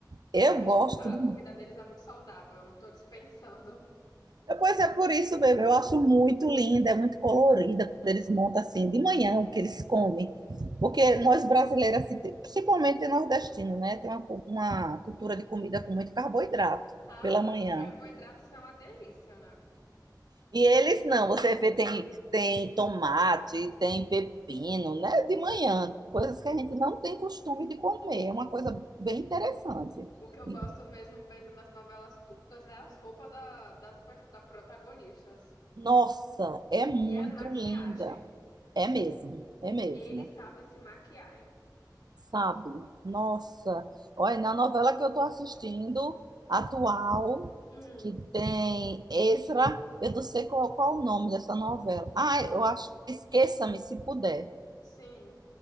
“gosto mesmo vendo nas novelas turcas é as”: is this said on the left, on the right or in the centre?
Left